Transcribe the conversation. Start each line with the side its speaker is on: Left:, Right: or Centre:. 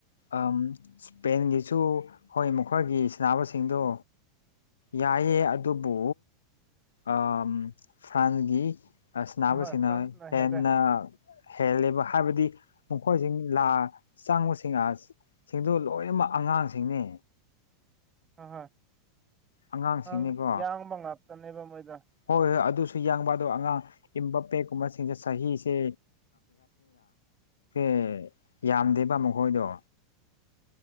Left: ꯑꯃ ꯏꯁꯄꯦꯟꯒꯤꯁꯨ ꯍꯣꯏ ꯃꯈꯣꯏꯒꯤ ꯁꯅꯕꯁꯤꯡꯗꯣ ꯌꯥꯏꯌꯦ ꯑꯗꯨꯕꯨ ꯑ ꯐ꯭ꯔꯥꯟꯁꯒꯤ ꯁꯅꯕꯁꯤꯅ
Right: ꯑꯍꯣꯏ ꯐ꯭ꯔꯥꯟꯁꯅ
Left: ꯍꯦꯟꯅ
Right: ꯍꯦꯜꯂꯦ
Left: ꯍꯦꯜꯂꯦꯕ ꯍꯥꯏꯕꯗꯤ ꯃꯈꯣꯏꯁꯤꯡ ꯂꯥ ꯆꯪꯕꯁꯤꯡ ꯑ ꯁꯤꯡꯗꯨ ꯂꯣꯏꯅꯃꯛ ꯑꯉꯥꯡꯁꯤꯡꯅꯤ
Right: ꯍꯣꯏ ꯍꯣꯏ
Left: ꯑꯉꯥꯡꯁꯤꯡꯅꯤꯀꯣ
Right: ꯑꯉꯥꯡ ꯌꯥꯡꯕ ꯉꯥꯛꯇꯅꯦꯕ ꯃꯣꯏꯗ
Left: ꯍꯣꯏ ꯍꯣꯏ ꯑꯗꯨꯁꯨ ꯌꯥꯡꯕ ꯑꯗꯣ ꯑꯉꯥꯡ ꯏꯝꯕꯥꯄꯦꯛ ꯀꯨꯝꯕꯁꯤꯡꯁꯦ ꯆꯍꯤꯁꯦ <unintelligible> ꯌꯥꯝꯗꯦꯕ ꯃꯈꯣꯏꯗꯣ